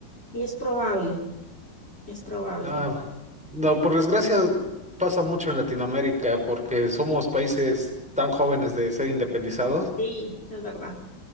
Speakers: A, on the left; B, in the centre.
A: Y es probable, es probable.
B: Ah, no, por desgracia pasa mucho en Latinoamérica porque somos países tan jóvenes de ser independizados
A: Sí, es verdad.